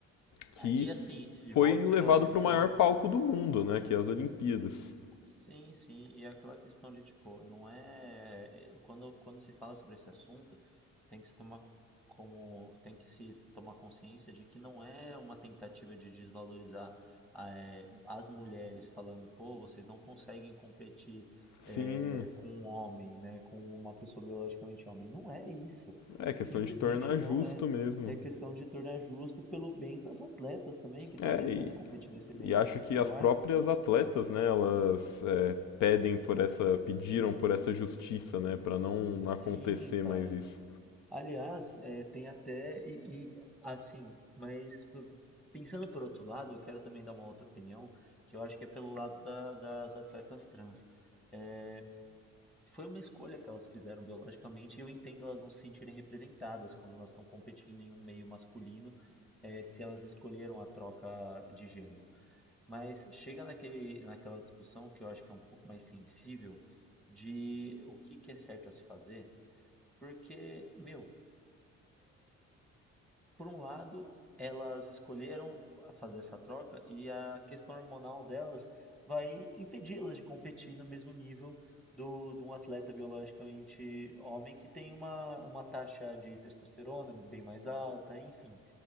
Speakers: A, on the left (about 70°); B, in the centre.
A: que
B: É, e assim, de
A: foi
B: volta
A: levado
B: para aquela questão
A: para o maior palco do mundo, né? Que é as Olimpíadas.
B: Sim, sim, e é aquela questão de tipo, não é. é, Quando, quando se fala sobre esse assunto, tem que se tomar como. Tem que se tomar consciência de que não é uma tentativa de desvalorizar eh, as mulheres falando, pô, vocês não conseguem competir
A: Sim,
B: eh, com um homem, né? Com uma pessoa biologicamente homem. Não é isso.
A: é questão
B: Simplesmente
A: de tornar
B: não
A: justo
B: é.
A: mesmo.
B: É questão de tornar justo pelo bem das atletas também, que estão
A: É,
B: tentando
A: e,
B: competir nesse meio.
A: E acho que as
B: Eu
A: próprias
B: acho.
A: atletas, né, elas é, pedem por essa, pediram por essa justiça, né, para não
B: Sim,
A: acontecer
B: cara.
A: mais isso.
B: Aliás, é, tem até e, e, assim, mas p- pensando por outro lado, eu quero também dar uma outra opinião, que eu acho que é pelo lado da- das atletas trans. É, foi uma escolha que elas fizeram biologicamente e eu entendo elas não se sentirem representadas quando elas estão competindo em um meio masculino, é, se elas escolheram a troca de gênero. Mas chega naquele, naquela discussão que eu acho que é um pouco mais sensível de o que que é certo a se fazer, porque, meu por um lado, elas escolheram fazer essa troca e a questão hormonal delas vai impedi-las de competir no mesmo nível do, de um atleta biologicamente homem que tem uma, uma taxa de testosterona bem mais alta, enfim.